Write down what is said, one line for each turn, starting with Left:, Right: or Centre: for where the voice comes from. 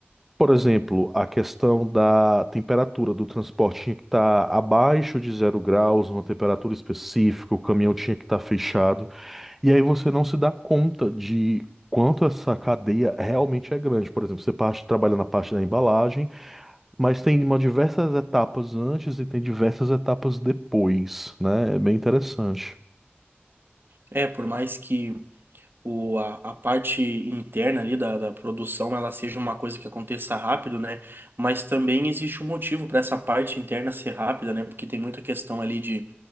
Centre: Por exemplo, a questão da temperatura do transporte tinha que estar abaixo de zero graus, uma temperatura específica, o caminhão tinha que estar fechado. E aí você não se dá conta de quanto essa cadeia realmente é grande. Por exemplo, você parte, trabalha na parte da embalagem, mas tem uma diversas etapas antes e tem diversas etapas depois, né? É bem interessante.
Right: É, por mais que o, a, a parte interna ali da, da produção ela seja uma coisa que aconteça rápido, né? Mas também existe um motivo para essa parte interna ser rápida, né? Porque tem muita questão ali de